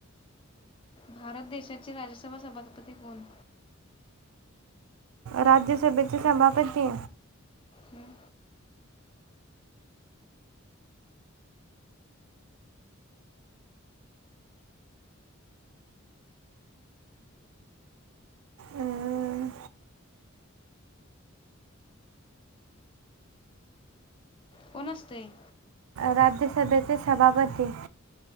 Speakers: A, on the left; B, on the right.
A: भारत देशाचे राज्यसभा सभापती कोण?
B: राज्यसभेचे सभापती.
A: हम्म.
B: अं,
A: कोन असतयं.
B: राज्यसभेचे सभापती.